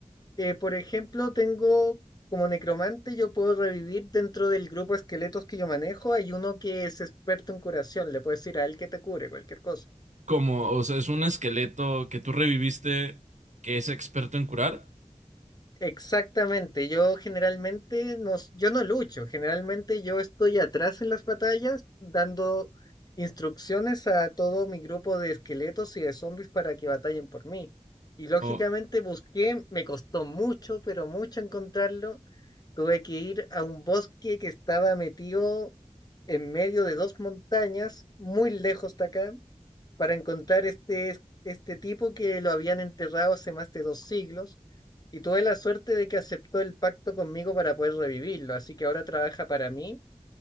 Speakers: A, on the left; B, on the right.
A: eh, por ejemplo tengo como necromante, yo puedo revivir dentro del grupo de esqueletos que yo manejo, hay uno que es experto en curación, le puedes decir a él que te cure cualquier cosa.
B: Como, o sea, es un esqueleto que tú reviviste que es experto en curar.
A: Exactamente, yo generalmente no, s- yo no lucho, generalmente yo estoy atrás en las batallas dando instrucciones a todo mi grupo de esqueletos y de zombies para que batallen por mí. Y lógicamente
B: O,
A: busqué, me costó mucho, pero mucho encontrarlo. Tuve que ir a un bosque que estaba metido en medio de dos montañas, muy lejos de acá, para encontrar este, este tipo que lo habían enterrado hace más de dos siglos y tuve la suerte de que aceptó el pacto conmigo para poder revivirlo, así que ahora trabaja para mí